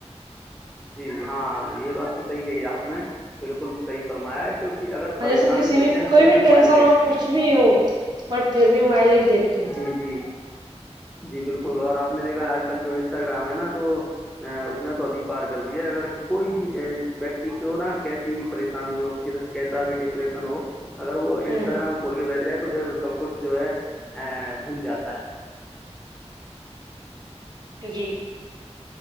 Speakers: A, in the centre; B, on the right.
A: جی ہاں یہ بات تو صحیح کہی ہے آپ نے بالکل صحیح فرمایا کیونکہ اگر پریشان
B: جیسے کسی
A: بھی ہوتے ہیں
B: کوئی
A: پھر بھی موبائل
B: ٹینشن
A: دیکھتے
B: ہو کچھ
A: ہیں
B: بھی ہو بٹ پھر بھی مبائل ہی دیکھتے
A: جی
B: ہیں
A: جی جی بالکل اور آپ نے دیکھا آج کل جو انسٹاگرام ہے نا تو اس نے تی پار کر دی ہے اگر کوئی بھی ویکتی کو نہ کیسی بھیش آسانی ہو کیسا بھی ڈپریسن ہو اگر وہ انسٹاگرام
B: ہوں
A: کھول کے بیٹھ جائے تو پھر سب کچھ جو ہے ا بھول جاتا ہے
B: جی